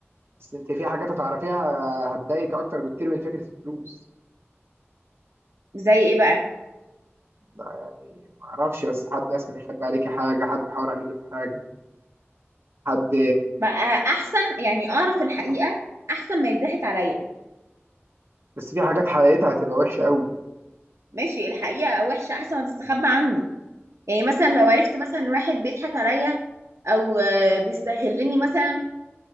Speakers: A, on the right (about 55°); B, on the right (about 85°).
A: بس أنت في حاجات هتعرفيها هتضايقك أكتر بكتير من فكرة الفلوس
B: زي ايه بقى
A: لا يعني معرفش بس حد مثلا يخبي عليكي حاجة حد يحاور عليكي في حاجة حد
B: بقى احسن يعني اعرف الحقيقه احسن ما يضحك عليا
A: بس في حاجات حقيقتها هتبقى وحشة قوي
B: ماشي الحقيقه وحشه احسن ما تستخبى عني يعني مثلا لو عرفت مثلا ان واحد بيضحك عليا او آه، بيستغلني مثلا